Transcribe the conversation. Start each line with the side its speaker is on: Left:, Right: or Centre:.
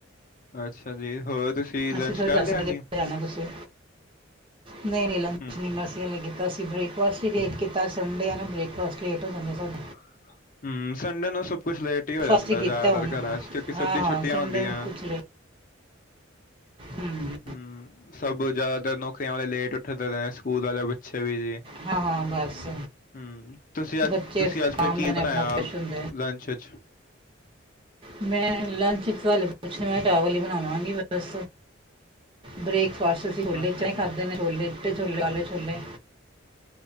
Left: ਅੱਛਾ ਜੀ! ਹੋਰ? ਤੁਸੀਂ ਲੰਚ
Right: ਅਸੀਂ ਥੋੜੀ
Left: ਕਰ
Right: ਦੱਸਦੇ
Left: ਲਿਆ
Right: ਕਿੱਥੇ
Left: ਜੀ
Right: ਜਾਣਾ ਤੁਸੀਂ। ਨਹੀ, ਨਹੀ ਲੰਚ
Left: ਹੂੰ
Right: ਨਈ ਮਸੀਂ ਹ ਕੀਤਾ ਸੀ ਬ੍ਰੇਕਫਾਸਟ ਹੀ ਲੇਟ ਕੀਤਾ ਸੰਡੇ ਆ ਨਾ ਬ੍ਰੇਕਫਾਸਟ ਲੇਟ ਹੋ ਜਾਦਾ ਸਾਡਾ।
Left: <unintelligible> ਹਮ ਸੰਡੇ ਨੂੰ ਸਭ ਕੁਛ ਲੇਟ ਹੀ ਹੋ
Right: ਫਾਸਟ
Left: ਜਾਂਦਾ ਜ਼ਿਆਦਾਤਰ,
Right: ਕੀਤਾ ਹੁਣ
Left: ਘਰਾਂ ਚ ਕਿਉਂਕਿ ਸਭ
Right: ਹਾਂ
Left: ਦੀ
Right: ਹਾਂ
Left: ਛੁੱਟੀਆ
Right: ਸੰਡੇ
Left: ਹੁੰਦੀਆਂ।
Right: ਨੂੰ ਕੁਝ ਲੇਟ ਹਮ
Left: ਹੂੰ ਸਭ ਜਿਆਦਾਤਰ ਨੌਕਰੀਆਂ ਵਾਲੇ ਲੇਟ ਉੱਠਦੇ ਰਹੇ, ਸਕੂਲ ਵਾਲੇ ਬੱਚੇ। ਵੀ ਜੀ
Right: ਹਾਂ ਹਾਂ ਬਸ
Left: ਹਮ ਤੁਸੀਂ ਅੱਜ
Right: ਬੱਚੇ
Left: ਤੁਸੀਂ ਅੱਜ ਫਿਰ
Right: ਆਮ
Left: ਕੀ
Right: ਨੇ
Left: ਬਣਾਇਆ
Right: ਆਪਣਾ ਫਰੈਸ਼ ਹੁੰਦੇ
Left: ਲੰਚ ਚ
Right: ਮੈਂ ਲੰਚ ਤੁੇ ਪੁੱਛ ਮੈਂ ਚਾਵਲ ਹੀ ਬਣਾਵਾਂਗੀ ਬਸ ਬ੍ਰੇਕਫਾਸਟ ਅਸੀਂ ਛੋਲੇ
Left: ਅੱਛਾ
Right: ਚਾਂ ਹੀ
Left: ਜੀ
Right: ਖਾਧੇ ਨੇ ਛੋਲੇ ਚਿੱਟੇ ਛੋਲੇ ਕਾਲੇ ਛੋਲੇ